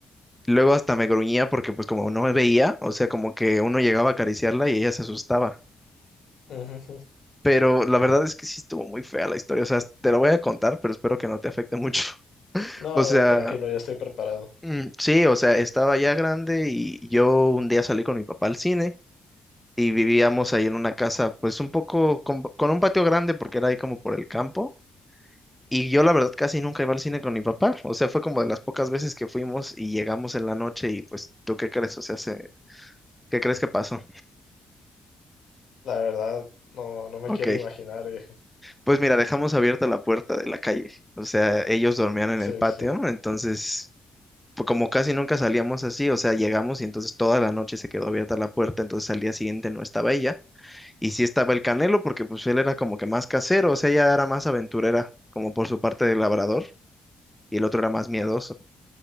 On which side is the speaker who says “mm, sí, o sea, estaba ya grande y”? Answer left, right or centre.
Centre